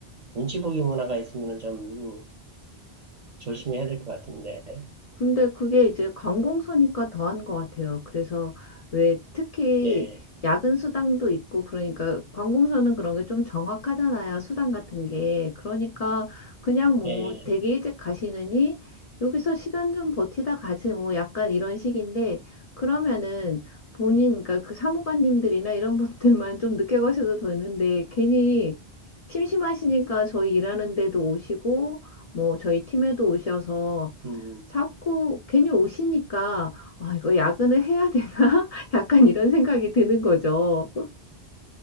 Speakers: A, on the right (about 50°); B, on the left (about 45°).
A: 눈치 보기 문화가 있으면 좀 음, 조심해야 될 것 같은데. 예.
B: 근데 그게 이제 관공서니까 더한 것 같아요. 그래서 왜 특히
A: 예.
B: 야근 수당도 있고 그러니까 관공서는 그런 게 좀 정확하잖아요. 수당 같은 게. 그러니까 그냥 뭐
A: 예.
B: 되게
A: 예.
B: 일찍 가시느니 여기서 시간 좀 버티다 가지 뭐 약간 이런 식인데 그러면은 본인 그러니까 그 사무관님들이나 이런 <laughs> 분들만 좀 늦게 가셔도 되는데 괜히 심심하시니까 저희 일하는데도 오시고 뭐 저희 팀에도 오셔서
A: 음.
B: 자꾸 괜히 오시니까 아, 이거 야근을 해야 되나? <laughs> 약간 이런 생각이 드는 거죠.